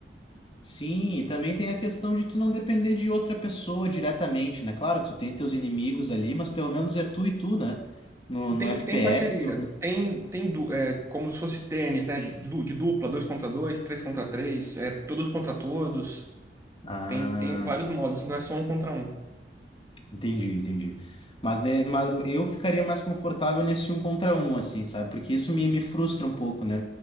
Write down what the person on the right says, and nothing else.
Tem,
tem parceria.
Tem, tem du- é, como se fosse tênis, né? De, du- de dupla, dois contra dois, três contra três, é, todos contra todos.
Tem, tem vários modos, não é só um contra um.